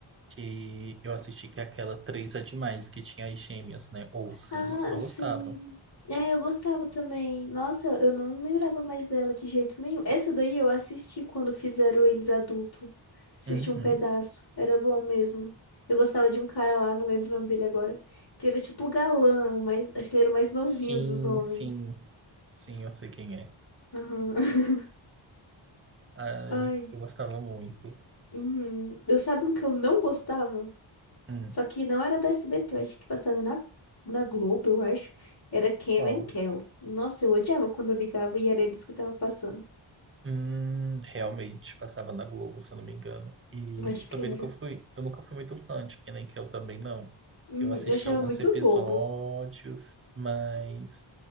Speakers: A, on the right; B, on the left.
A: que eu assisti que é aquela Três é Demais, que tinha as gêmeas, né? Olsen,
B: Ah,
A: eu
B: sim.
A: gostava.
B: É, eu gostava também. Nossa, eu não lembrava mais dela de jeito nenhum. Essa daí eu assisti quando fizeram eles adulto. Assisti
A: Uhum.
B: um pedaço. Era bom mesmo. Eu gostava de um cara lá, não lembro o nome dele agora. Que era tipo o galã, mas acho que ele era o mais novinho
A: Sim,
B: dos homens.
A: sim, sim, eu sei quem é.
B: Aham. <laughs>
A: Ai,
B: Ai.
A: eu gostava muito.
B: Uhum. Eu sabe um que eu não gostava?
A: Hum,
B: Só que não era da SBT, eu acho que passava na, na Globo, eu acho. Era Kenan
A: qual?
B: e Kel. Nossa, eu odiava quando eu ligava e era eles que tava passando.
A: Hum, realmente, passava na Globo, se eu não me engano. E
B: Eu acho
A: eu também
B: que era.
A: nunca fui, eu nunca fui muito fã de Kenan Kel também, não.
B: Uhum,
A: Eu assisti
B: eu achava
A: alguns
B: muito
A: episódios,
B: bobo.
A: mas